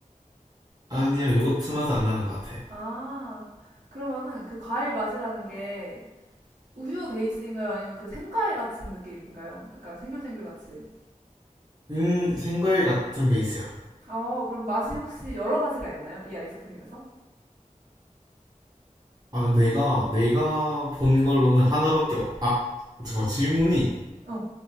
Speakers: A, on the right (about 30°); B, on the right (about 60°).
A: 아니요, 요거트 맛은 안 나는 것 같아.
B: 아. 그러면은 그 과일 맛이라는 게 우유 베이스인가요? 아니면 그 생과일 같은 느낌인가요? 약간 생귤탱귤 같이.
A: 음, 생과일 같은 베이스야.
B: 어, 그럼 맛이 혹시 여러 가지가 있나요? 이 아이스크림에서?
A: 아, 내가, 내가 본 걸로는 하나밖에, 없... 아, 잠깐만, 질문이.
B: 어,